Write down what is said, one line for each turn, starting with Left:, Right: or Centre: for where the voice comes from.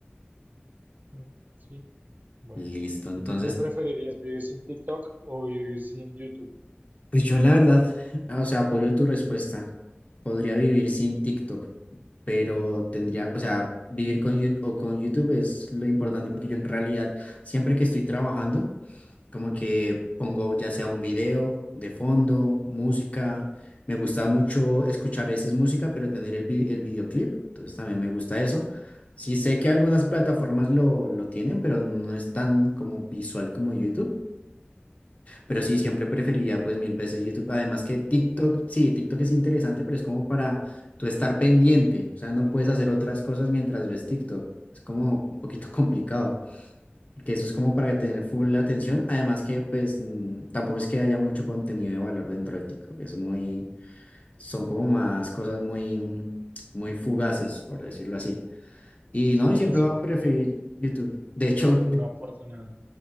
Right: Mm, sí, bueno.
Left: Listo, entonces
Right: ¿Y tú qué preferirías, vivir sin TikTok o vivir sin YouTube?
Left: Pues yo la verdad, o sea, apoyo tu respuesta. Podría vivir sin TikTok, pero tendría, o sea, vivir con YouTube o con YouTube es lo importante porque yo en realidad siempre que estoy trabajando, como que pongo ya sea un video de fondo, música. Me gusta mucho escuchar esa música, pero tener el, vi- el videoclip, entonces también me gusta eso. Sí sé que algunas plataformas lo, lo tienen, pero no es tan como visual como YouTube. Pero sí, siempre preferiría pues mil veces YouTube. Además que TikTok, sí, TikTok es interesante, pero es como para tú estar pendiente. O sea, no puedes hacer otras cosas mientras ves TikTok. Es como un poquito <laughs> complicado. Que eso es como para tener full la atención. Además que pues mm, tampoco es que haya mucho contenido de valor dentro de TikTok. Es muy, son como más cosas muy, mm, muy fugaces, por decirlo así. Y
Right: Sí,
Left: no, y siempre
Right: yo siento
Left: va a preferir
Right: que
Left: YouTube. De hecho,
Right: TikTok
Left: <laughs>
Right: no aporta nada.